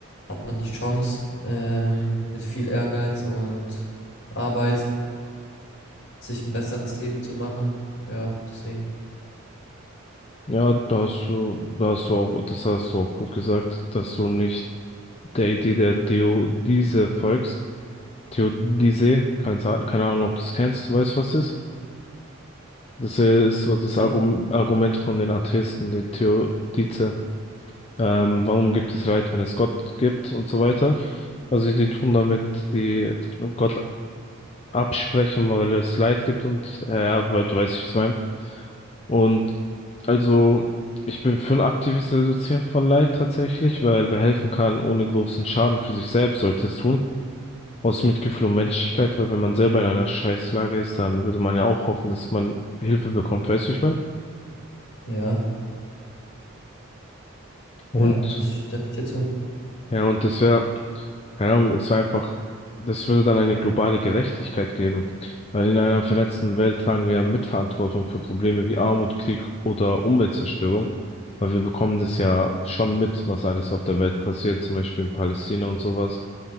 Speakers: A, on the left (about 55°); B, on the left (about 30°).
A: hat man die Chance, ähm, mit viel Ehrgeiz und Arbeit sich ein besseres Leben zu machen. Ja, deswegen.
B: Ja, da hast du, da hast du auch, das hast du auch gut gesagt, dass du nicht der Idee der Theodise folgst. Theodizee, keine, Sa- keine Ahnung, ob du es kennst, du weißt, du, was es ist? Das ist so das
A: Was denn?
B: Argum- Argument von den Atheisten, die Theodice. Ähm, warum gibt es Leid, wenn es Gott gibt und so weiter? Also die tun damit die Gott absprechen, weil es Leid gibt und äh, ja, weil du weißt, wie ich es meine. Und also ich bin für ein aktives Reduzieren von Leid tatsächlich, weil wer helfen kann, ohne großen Schaden für sich selbst, sollte es tun. Aus Mitgefühl und Menschlichkeit, weil wenn man selber in einer Scheißlage ist, dann würde man ja auch hoffen, dass man Hilfe bekommt, weißt du, wie ich meine?
A: Ja,
B: Und
A: ja, das stimme ich dir zu.
B: ja, und das wäre Keine Ahnung, es war einfach, das würde dann eine globale Gerechtigkeit geben, weil in einer vernetzten Welt tragen wir Mitverantwortung für Probleme wie Armut, Krieg oder Umweltzerstörung, weil wir bekommen das ja schon mit, was alles auf der Welt passiert, zum Beispiel in Palästina und sowas.